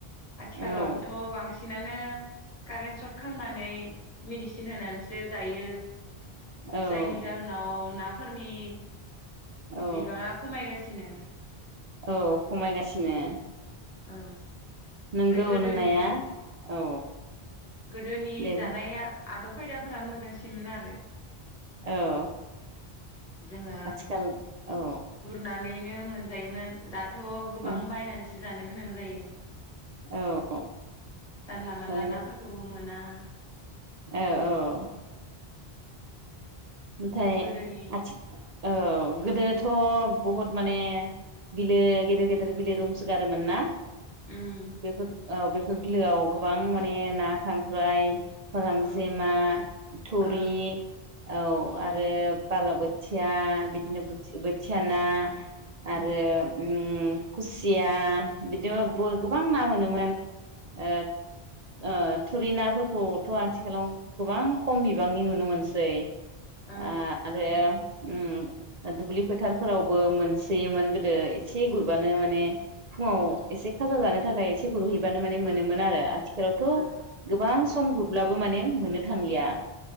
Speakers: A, on the left; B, on the right.
A: आथिखालावथ
B: औ
A: बांसिन नानो कारेन सर्ट खांनानै मेडिसिन होनानैसो जायो
B: औ
A: जायनि जाहोनाव ना फोरनि
B: औ
A: बिबाङा खमायगासि सिनो
B: औ खमायगासिनो
A: ओ
B: नंगौ
A: गोदोनि
B: नोंनाया औ
A: गोदोनि
B: दे
A: जानाया आदब खायदाफोरा मोजांसिनमोन आरो
B: औ
A: जोङो
B: आथिखाल औ
A: गुरना नैनो मोनजायोमोन दाथ गोबां
B: औ
A: बाइनानैसो जानो गोनां जायो
B: औ
A: जानला मोनला
B: बानायगोन
A: नाफोरखौबो मोना <inaudible>
B: औ औ ओमफ्राय
A: गोदोनि
B: आथि औ गोदोथ बहुद माने बिलो गेदेर गेदेर बिलो दंसोगारोमोन ना
A: उम
B: बेफोर औ बेफोर बिलोआव गोबां माने ना खांख्राइ फोर गांजेमा
A: औ
B: थुरि
A: औ
B: औ आरो बालाबोथिया बिदिनो बोथ-बोथिया ना
A: औ
B: आरो ओम खुसिया बिदिनो
A: ओ
B: बो गोबां ना मोनो मोन। ओ ओ थुरि नाफोरखौथ आथिखालाव गोबां खम बिबांनि नुनो मोनसै।
A: औ
B: आरो उम दुब्लि फोथारफोरावबो मोनसोयोमोन गोदो एसे गुरबानो माने फुङाव एसे खाजा जानो थाखाय एसे गुरहैबानो मान मोनोमोन आरो। आथिखालावथ
A: ओ
B: गोबां सम गुरब्लाबो माने मोननो थांलिया।